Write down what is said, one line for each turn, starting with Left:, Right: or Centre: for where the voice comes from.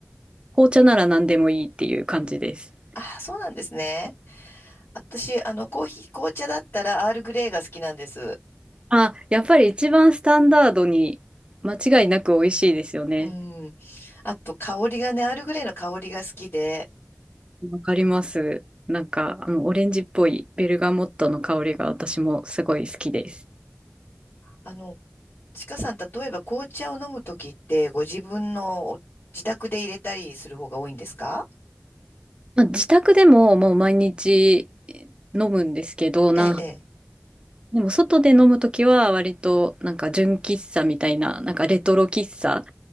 Right: 紅茶なら何でもいいっていう感じです。
Left: あ、そうなんですね。私、あの、コーヒー、紅茶だったらアールグレイが好きなんです。
Right: あ、やっぱり一番スタンダードに間違いなく美味しいですよね。
Left: うん。あと、香りがね、アールグレイの香りが好きで、
Right: わかります。なんか、あの、オレンジっぽいベルガモットの香りが私もすごい好きです。
Left: あの、ちかさん、例えば紅茶を飲むときって、ご自分のお自宅で入れたりする方が多いんですか
Right: まあ、自宅でももう毎日飲むんですけど、
Left: ええ、
Right: なん、でも外で飲むときは割となんか純喫茶みたいな、なんかレトロ喫茶っ